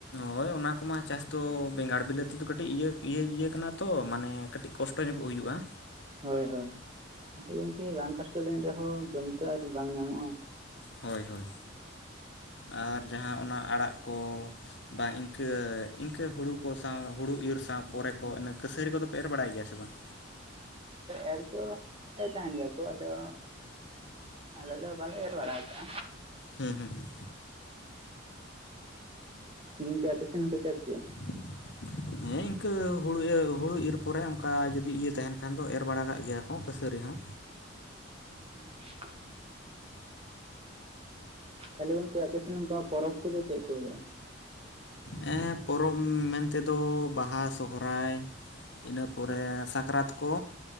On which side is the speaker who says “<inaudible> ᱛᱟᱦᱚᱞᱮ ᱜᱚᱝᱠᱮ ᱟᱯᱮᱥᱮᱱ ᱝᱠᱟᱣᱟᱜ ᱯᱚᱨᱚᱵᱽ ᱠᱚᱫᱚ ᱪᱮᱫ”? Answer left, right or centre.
Right